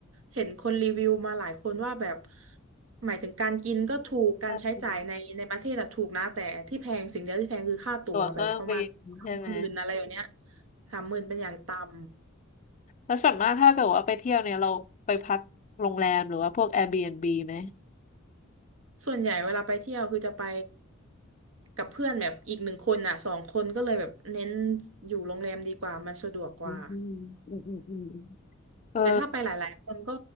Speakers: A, on the right; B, on the left.
A: เห็นคนรีวิวมาหลายคนว่าแบบหมายถึงการกินก็ถูกการใช้จ่ายในในประเทศอะถูกนะแต่ที่แพงสิ่งเดียวที่แพงคือค่าตั๋วแบบประมาณสามหมื่นอะไรอย่างเนี้ย
B: เออตั๋วเครื่องบินใช่ไหม
A: สามหมื่นเป็นอย่างต่ำ
B: แล้วส่วนมากถ้าเกิดว่าไปเที่ยวเนี่ยเราไปพักโรงแรมหรือว่าพวก Airbnb ไหม
A: ส่วนใหญ่เวลาไปเที่ยวคือจะไปกับเพื่อนแบบอีกหนึ่งคนอะสองคนก็เลยแบบเน้นอยู่โรงแรมดีกว่ามันสะดวกกว่า
B: อืมอืมอืมอืมเออ
A: แต่ถ้าไปหลายๆคนก็